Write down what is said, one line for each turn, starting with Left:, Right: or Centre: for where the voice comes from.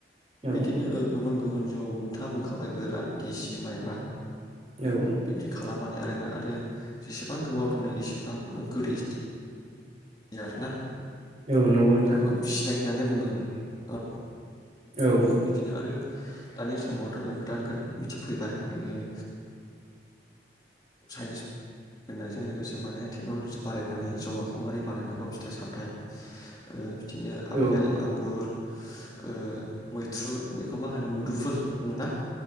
Right: औ
Left: बिदिनो ओ गुबुन गुबुन। गुबुन जौ नोंथाङा बुंखाबाय गोरान गिसि माइब्रा
Right: औ
Left: बिदि खालामनानै कारेन्टआ आरो जेसेबां गोबाव दोनो एसेबां गोदैस बि आरो ना
Right: औ नंगौ नोंथां
Left: बेखौ फिनाय होननानै <unintelligible> ओ
Right: औ
Left: बिदिनो आरो दानि टाइमावथ' गोदान गोदान बिदि फैबाय उम साइन्टिस फैनायजों लोगोसे माने टेक्न'लजि बारायनानै जौगाखौ मारै बानायनांगौ फिथाइ-सामथाइ ओ बिदिनो
Right: औ
Left: आफेल, आंगुर ओ मैथ्रु बेखौ मा होनो मुदुफुल होनोना